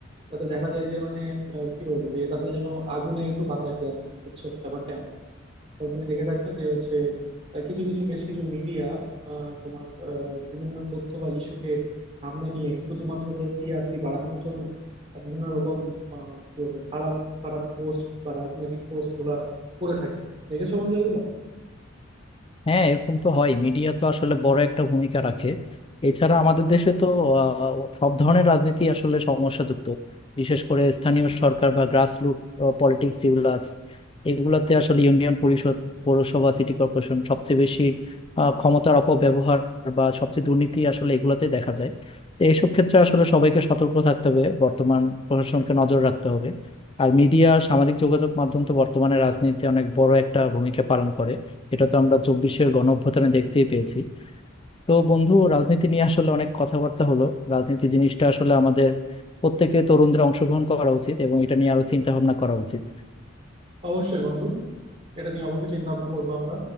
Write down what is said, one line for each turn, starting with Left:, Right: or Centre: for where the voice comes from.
Right: তাতে দেখা যায় যে মানে আহ, কি বলবো যে তাতে যেন আগুনে একটু বাতাস দেন বুঝছো ব্যাপারটা এমন। তবে তুমি দেখে থাকবে যে হচ্ছে আহ, কিছু কিছু বেশ কিছু মিডিয়া তোমার আহ, বিভিন্ন তথ্য বা ইস্যুকে সামনে নিয়ে শুধুমাত্র টিআরপি বাড়ানোর জন্য আহ, বিভিন্ন রকম আহ, কি বলবো খারাপ খারাপ পোস্ট বা রাজনৈতিক পোস্ট গুলা করে থাকে দেখেছো বন্ধু এগুলো
Left: হ্যাঁ এরকম তো হয় মিডিয়া তো আসলে বড় একটা ভূমিকা রাখে এছাড়া আমাদের দেশে তো আহ, সব ধরনের রাজনীতি আসলে সমস্যাযুক্ত বিশেষ করে স্থানীয় সরকার বা গ্রাসরুট পলিটিক্স যেগুলো আছে এগুলোতে আসলে ইউনিয়ন পরিষদ পৌরসভা সিটি কর্পোরেশন সবচেয়ে বেশি আহ, ক্ষমতার অপব্যবহার বা সবচেয়ে দুর্নীতি আসলে এগুলোতে দেখা যায় তো এইসব ক্ষেত্রে আসলে সবাইকে সতর্ক থাকতে হবে বর্তমান প্রশাসনকে নজর রাখতে হবে আর মিডিয়া সামাজিক যোগাযোগ মাধ্যম তো বর্তমানে রাজনীতিতে অনেক বড় একটা ভূমিকা পালন করে এটা তো আমরা চব্বিশের গণ অভ্যুত্থানে দেখতেই পেয়েছি তো বন্ধু রাজনীতি নিয়ে আসলে অনেক কথাবার্তা হলো রাজনীতি জিনিসটা আসলে আমাদের প্রত্যেকে তরুণদের অংশগ্রহণ করা উচিত এবং এটা নিয়ে আরো চিন্তা ভাবনা করা উচিত
Right: অবশ্যই বন্ধু এটা নিয়ে অবশ্যই চিন্তা ভাবনা করবো আমরা